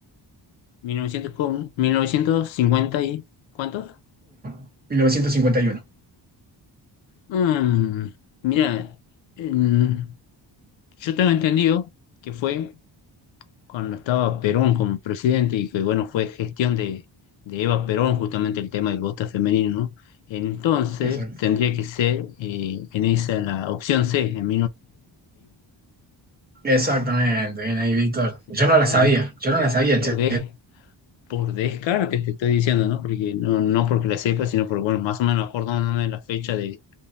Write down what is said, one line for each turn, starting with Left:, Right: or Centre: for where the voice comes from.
Left: mil novecientos con- mil novecientos cincuenta y ¿cuánto?
Right: 1, 1951.
Left: Mm, mira, en- yo tengo entendido que fue cuando estaba Perón como presidente y que, bueno, fue gestión de, de Eva Perón justamente el tema del voto femenino, ¿no? Entonces
Right: Exacto.
Left: tendría que ser eh, en esa la opción C, en
Right: Exactamente, bien ahí, Víctor.
Left: 1951.
Right: Yo no la sabía,
Left: ¿eh?
Right: yo no la sabía,
Left: Por,
Right: che.
Left: des- por descarte te estoy diciendo, ¿no? Porque no, no porque la sepa, sino porque, bueno, más o menos acordándome de la fecha de,